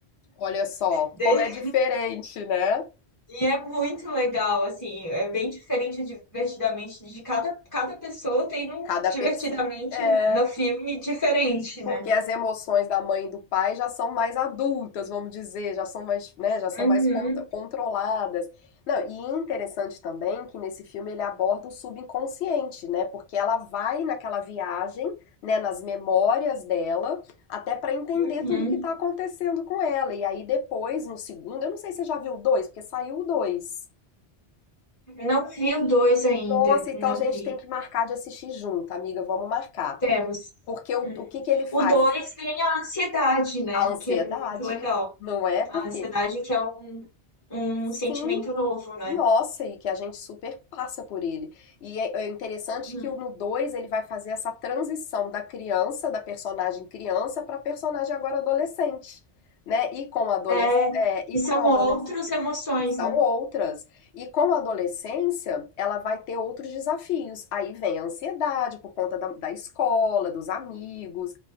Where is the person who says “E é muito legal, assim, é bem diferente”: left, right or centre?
Left